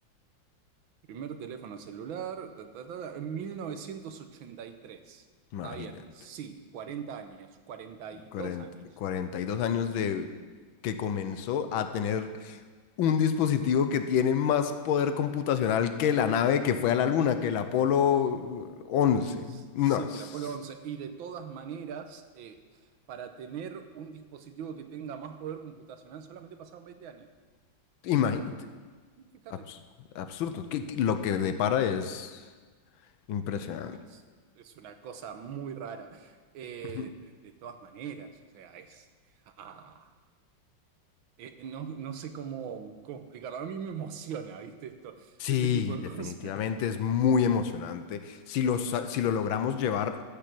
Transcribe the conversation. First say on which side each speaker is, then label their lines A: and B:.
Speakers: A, on the right; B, on the left.
A: Primer teléfono celular, ta, ta, ta, ta, en mil novecientos ochenta y tres
B: imagínate,
A: Está bien, sí, 40 años, 42
B: cuarenta,
A: años.
B: cuarenta y dos años de que comenzó a tener un dispositivo que tiene más poder computacional que la nave que fue a la luna, que el Apolo eh, 11.
A: Es-
B: No,
A: sí,
B: es-
A: que el Apolo once Y de todas maneras, eh, para tener un dispositivo que tenga más poder computacional, solamente pasaban 20 años.
B: imagínate,
A: Fíjate,
B: abs- absurdo, que, que lo que depara es impresionante.
A: eh, te- te- es, es una cosa muy rara. Eh,
B: <laughs>
A: de todas maneras, o sea, es... ah, eh, no, no sé cómo, cómo explicarlo. A mí me emociona, ¿viste? Esto,
B: Sí,
A: este tipo de
B: definitivamente
A: cosas.
B: es muy emocionante. Si lo, sa- si lo logramos llevar